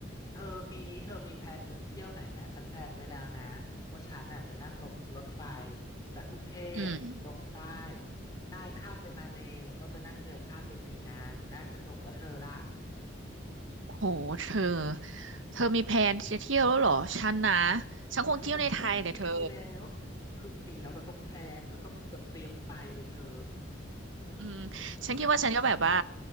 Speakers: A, on the left; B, on the right.
A: เธอปีนี้เธอมีแผนจะไปเที่ยวไหนไหมฉันแพลนไว้แล้วนะว่าฉันน่ะจะนั่งลงรถไฟจากกรุงเทพลงใต้
B: อืม
A: ใต้ข้ามไปมาเลแล้วก็จะนั่งเรือข้ามไปปีนังน่าสนุกแล้วเธอล่ะ
B: โหเธอเธอมีแพลนจะเที่ยวแล้วเหรอฉันนะฉันคงเที่ยวในไทยเลยเธอ
A: อุ้ยเธอมันครึ่งปีแล้วครึ่งปีแล้วเราต้องแพลนเราต้องแบบเตรียมไปเลยเธอ
B: อืมฉันคิดว่าฉันก็แบบว่า